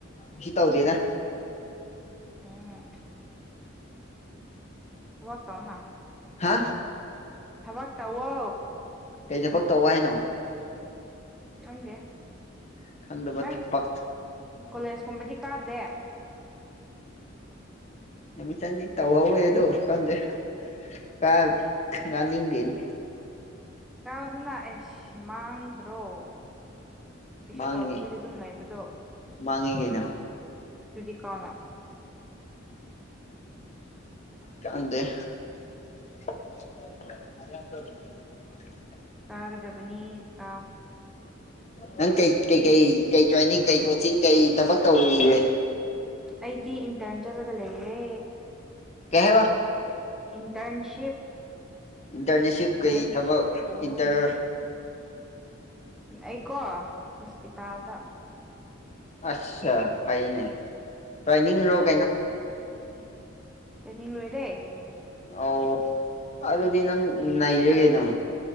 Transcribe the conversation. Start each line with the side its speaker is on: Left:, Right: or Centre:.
Left: ꯀꯩꯁꯨ ꯇꯧꯗꯦꯗ
Centre: ꯎꯝ ꯊꯕꯛ ꯇꯧꯅ
Left: ꯍꯥ
Centre: ꯊꯕꯛ ꯇꯧꯋꯣ
Left: ꯀꯩ ꯊꯕꯛ ꯇꯧ ꯍꯥꯏꯅꯣ
Centre: ꯈꯪꯗꯦ
Left: ꯍꯥꯏꯅꯣꯈꯪꯗꯕ
Centre: ꯅꯪ
Left: ꯊꯕꯛ
Centre: ꯀꯣꯂꯦꯖꯀꯨꯝꯕꯗꯤ ꯀꯥꯗꯦ
Left: ꯑꯦꯃꯤꯆꯟꯗꯤ ꯇꯧꯍꯧꯋꯦ ꯑꯗꯨ ꯈꯪꯗꯦ ꯀ ꯉꯥꯅꯤꯡꯗꯦꯅꯦ
Centre: ꯀꯥꯎꯗꯅ ꯑꯩꯁ ꯃꯥꯡꯗ꯭ꯔꯣ ꯀꯩꯁꯨ
Left: ꯃꯥꯡꯉꯦ
Centre: ꯇꯥꯎꯗꯕꯤꯗ ꯗꯨꯝ ꯂꯩꯕꯗꯣ
Left: ꯃꯥꯡꯉꯦ ꯀꯩꯅꯣ
Centre: ꯗꯨꯗꯤ ꯀꯅ
Left: ꯈꯪꯗꯦ <unintelligible>
Centre: ꯇꯥꯒꯗꯕꯅꯤ ꯇꯥꯎ
Left: ꯅꯪ ꯀꯩ ꯀꯩꯀꯩ ꯀꯩ ꯇ꯭ꯔꯦꯟꯅꯤꯡ ꯀꯩ ꯀꯣꯆꯤꯡ ꯀꯩ ꯊꯕꯛ ꯇꯧꯔꯤꯒꯦ
Centre: ꯑꯩꯗꯤ ꯏꯟꯇꯔꯟ ꯆꯠꯂꯒ ꯂꯩꯔꯦ
Left: ꯀꯩ ꯍꯥꯏꯕ
Centre: ꯏꯟꯇꯔꯟꯁꯤꯞ
Left: ꯏꯟꯇꯔꯅꯦꯁꯤꯞ
Centre: ꯏꯟꯇꯔꯟꯁꯤꯞ
Left: ꯀꯩ ꯊꯕꯛ
Centre: ꯄꯨꯔꯒꯅ
Left: ꯏꯟꯇꯔ
Centre: ꯑꯩꯀꯣ ꯍꯣꯁꯄꯤꯇꯥꯜꯗ
Left: ꯑꯁꯆꯥ ꯐꯩꯅꯦ ꯄꯥꯏꯅꯤꯡ ꯔꯣꯛ
Centre: ꯇ꯭ꯔꯦꯅꯤꯡ ꯂꯣꯏꯔꯦ
Left: ꯑꯧ ꯑꯗꯨꯗꯤ ꯅꯪ ꯅꯩꯔꯦ ꯀꯩꯅꯣ